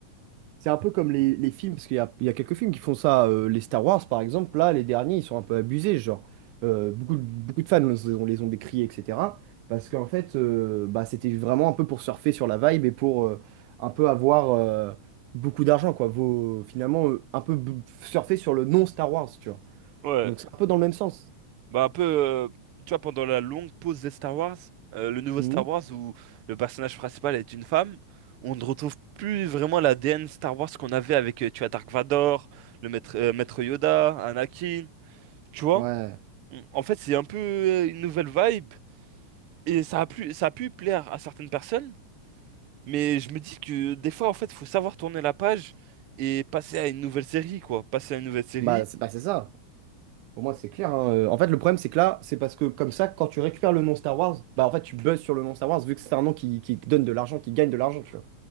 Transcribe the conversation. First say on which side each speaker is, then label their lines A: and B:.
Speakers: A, on the right; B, on the right.
A: C'est un peu comme les, les films, parce qu'il y a, il y a quelques films qui font ça. euh, les Star Wars, par exemple, là, les derniers, ils sont un peu abusés. Genre, euh, beaucoup, de- beaucoup de fans, on les on les ont décriés, etc. Parce qu'en fait, euh, bah, c'était vraiment un peu pour surfer sur la vibe et pour euh, un peu avoir euh, beaucoup d'argent, quoi. Vaut, finalement, euh, un peu b- surfer sur le non-Star Wars, tu vois.
B: Ouais,
A: Donc, c'est un peu dans le même sens.
B: bah un peu, euh, tu vois, pendant la longue pause des Star Wars, euh, le nouveau
A: Mhm.
B: Star Wars où le personnage principal est une femme, on ne retrouve plus vraiment la l'ADN Star Wars qu'on avait avec, euh, tu vois, Dark Vador, le maître, euh, Maître Yoda, Anakin, tu vois?
A: Ouais.
B: En fait, c'est un peu euh, une nouvelle vibe et ça a plu, ça a pu plaire à certaines personnes, mais je me dis que des fois, en fait, faut savoir tourner la page et passer à une nouvelle série, quoi. Passer à une nouvelle série
A: Bah, c'est bah, c'est ça. Pour moi, c'est clair. hein. Euh, En fait, le problème, c'est que là, c'est parce que comme ça, quand tu récupères le nom Star Wars, bah en fait, tu buzzes sur le nom Star Wars vu que c'est un nom qui, qui te donne de l'argent, qui gagne de l'argent, tu vois.